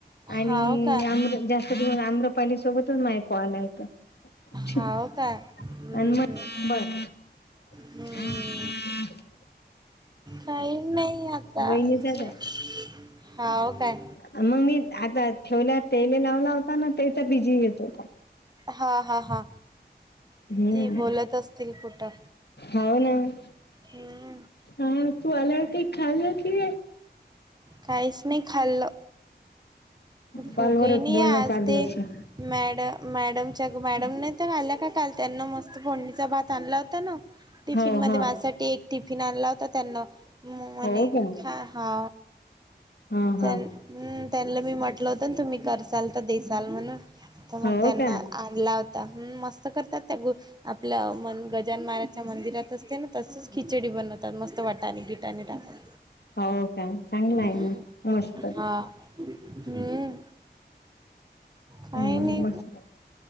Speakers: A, on the left (about 65°); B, on the right (about 25°).
A: आणि
B: हाव का
A: अम्र जास्त अम्रपाली सो सोबतच माझे कॉल आहेत चूप
B: हाव काय हम्म
A: आणि मग
B: हम्म
A: होय. <inaudible>
B: हम्म. काही नाही आता
A: वहिनीचाच
B: जेव
A: आहे.
B: हाव काय?
A: मग मी आता ठेवल्या तेल लावला होता ना तेचा बीजी येत होता
B: हा हा हा
A: हम्म
B: ते बोलत असतील कुठं
A: हो ना.
B: हम्म
A: हा तू आल्यावरती खाल्लं की
B: काहीच नाही खाल्ल,
A: कॉलवरच
B: भूकही नाही
A: बोलणं
B: आज
A: चालू
B: ते
A: असेल
B: मॅड मॅडमच्या ग मॅडम नाहीतर आल्या का कालच्या का त्यांना मस्त फोडणीचा भात आणला होता ना टिफिन
A: हो
B: मध्ये
A: हो
B: माझ्यासाठी एक टिफिन आण आणला तर त्यांन म मणे
A: हो का
B: खा हा
A: हा
B: त्यां
A: हा
B: हम् त्यांना बी मी म्हटलं होतं ना तुम्ही कर चालत देसाल म्हणून तर
A: हो
B: मग त्यांना
A: का
B: आणला होता मस्त करतात त्या ग आपल्या मन गजान महाराजच्या मंदिरात असते ना तसेच खिचडी बनत त्यात मस्त वाटा गीटाने टाकून
A: हो का चांगलं
B: हम्म
A: आहे मग मस्त
B: हा हम्म काही
A: हम्म
B: नाही
A: मस्त